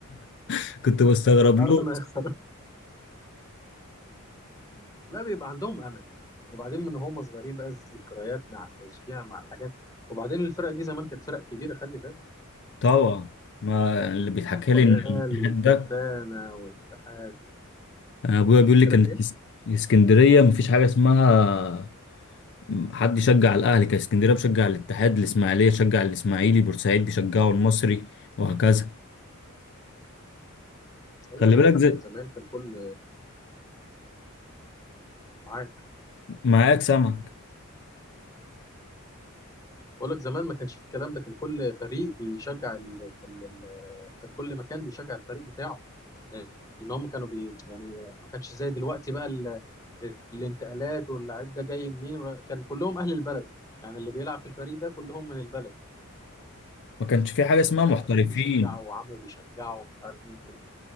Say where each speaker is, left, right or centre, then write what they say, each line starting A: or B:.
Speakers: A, on the left; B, on the left.
A: <laughs> كنت بستغرب
B: <laughs> ما انت عارف
A: له
B: انه هيخسر <laughs> لا بيبقى عندهم امل وبعدين من هم صغيرين بقى الذكريات مع التشجيع مع الحاجات وبعدين الفرق دي زمان كانت فرق كبيره خلي بالك
A: طبعا ما اللي بيتحكى
B: القنال
A: لي ان الاتحاد
B: والترسانه
A: ده
B: والاتحاد
A: أنا ابويا بيقول
B: احكي
A: لي كانت
B: لك ايه
A: اس- اسكندريه مفيش حاجه اسمها حد يشجع الاهلي كان اسكندريه بشجع الاتحاد الاسماعيليه شجع الاسماعيلي بورسعيد بيشجعوا المصري وهكذا
B: ايوه
A: خلي
B: زمان
A: بالك زي
B: زمان كان كل معاك
A: معاك سمك
B: بقول لك زمان ما كانش في الكلام ده كان كل فريق بيشجع ال... ال... ال... كان كل مكان بيشجع الفريق بتاعه ان هم كانوا بي... يعني ما كانش زي دلوقتي بقى ال... الانتقالات واللاعب ده جاي منين ولا- كان كلهم اهل البلد يعني اللي بيلعب في الفريق ده كلهم من البلد
A: ما كانش في حاجه اسمها محترفين
B: ابوه بيشجعه وعمه بيشجعه مش عارف مين